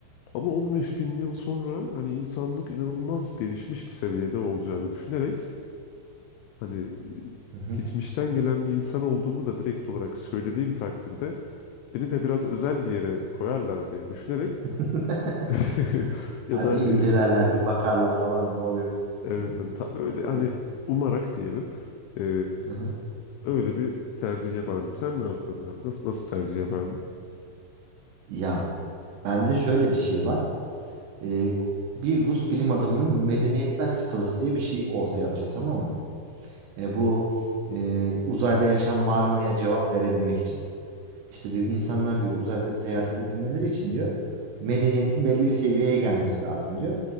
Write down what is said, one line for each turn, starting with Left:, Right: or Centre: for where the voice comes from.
Left: Ama 15 bin yıl sonra hani insanlık inanılmaz gelişmiş bir seviyede olacağını düşünerek hani
Right: Hı hı.
Left: e, geçmişten gelen bir insan olduğumu da direkt olarak söylediğim takdirde beni de biraz özel bir yere koyarlar diye düşünerek
Right: <laughs>
Left: <laughs> Ya
Right: Ha,
Left: da
Right: bir
Left: e,
Right: incelerler, bir bakarlar falan ne oluyor buna
Left: evet
Right: diye.
Left: hani ta- öyle hani
Right: Evet.
Left: umarak diyelim e,
Right: Hı hı.
Left: öyle bir tercih yapardım. Sen ne yapardın abi? Nasıl nasıl bir tercih yapardın?
Right: Ya bende şöyle bir şey var. Ee, bir Rus bilim adamının medeniyetler skalası diye bir şey ortaya atıyor tamam mı? E, bu e, uzayda yaşam var mıya cevap verebilmek için. İşte diyor insanlar diyor uzayda seyahat edebilmeleri için diyor medeniyetin belli bir seviyeye gelmesi lazım diyor.